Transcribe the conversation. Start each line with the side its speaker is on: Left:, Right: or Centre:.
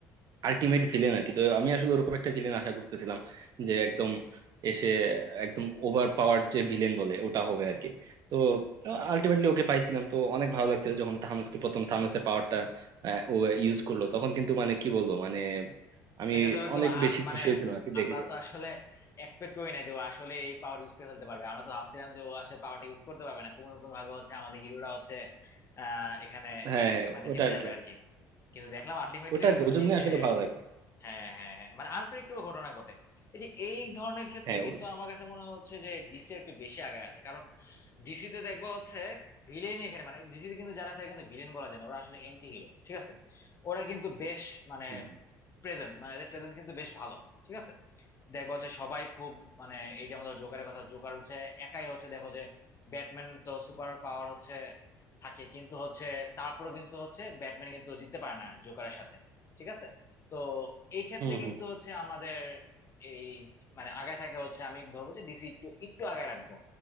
Right: আলটিমেট ভিলেন আর কি তো আমি আসলে ওরকম একটা ভিলেন আশা করতেছিলাম যে একদম এসে একদম ওভার পাওয়ার যে ভিলেন বলে ওটা হবে আর কি তো আলটিমেটলি ওকে পাইছিলাম তো অনেক ভালো লাগছিল যখন থানোসকে প্রথম থানোসের পাওয়ারটা ও ইউজ করলো তখন কিন্তু মানে কি বলবো মানে আমি
Left: এটা তো একদম
Right: অনেক
Left: আন
Right: বেশি
Left: মানে
Right: খুশি হয়েছিলাম আর কি
Left: আমরা
Right: দেখে যে
Left: তো আসলে এক্সপেক্ট করি না যে ও আসলে এই পাওয়ার ইউজ করে ফেলতে পারবে আমরা তো ভাবছিলাম যে ও আসলে পাওয়ারটা ইউজ করতে পারবে না কোনো কোনো ভাবে হচ্ছে আমাদের হিরোরা হচ্ছে আহ এখানে
Right: হ্যাঁ হ্যাঁ
Left: মানে
Right: ওটা
Left: জিতে
Right: আর
Left: যাবে
Right: কি
Left: আর কি কিন্তু দেখলাম আলটিমেটলি
Right: ওটা আর
Left: হলো
Right: কি ওর
Left: কি
Right: জন্য
Left: যে
Right: আসলে ভালো লাগছে
Left: হ্যাঁ হ্যাঁ হ্যাঁ মানে আনপ্রেডিক্টেবল ঘটনা ঘটে এই যে এই ধরনের ক্ষেত্রে
Right: হ্যাঁ
Left: কিন্তু
Right: ও-
Left: আমার কাছে মনে হচ্ছে যে ডিসি একটু বেশি আগে আছে কারণ ডিসি তে দেখবো হচ্ছে ভিলেনই এখানে মানে ডিসি তে কিন্তু যারা আছে এরা কিন্তু ভিলেন বলা যায় না ওরা আসলে এন্টি হিরো ঠিক আছে ওরা কিন্তু বেশ মানে
Right: হুম
Left: প্রেজেন্স মানে এদের প্রেজেন্স কিন্তু বেশ ভালো ঠিক আছে দেখবা হচ্ছে সবাই খুব মানে এই যে আমাদের জোকারের কথা জোকার হচ্ছে একাই হচ্ছে দেখো যে ব্যাটম্যান তো সুপার পাওয়ার হচ্ছে থাকে কিন্তু হচ্ছে তারপরে কিন্তু হচ্ছে ব্যাটম্যান কিন্তু জিততে পারে না জোকারের সাথে ঠিক আছে তো এই ক্ষেত্রে
Right: হুম
Left: কিন্তু
Right: হুম
Left: হচ্ছে আমাদের এই মানে আগায় থাকে হচ্ছে আমি ধরবো যে ডিসি একটু একটু আগায় রাখবো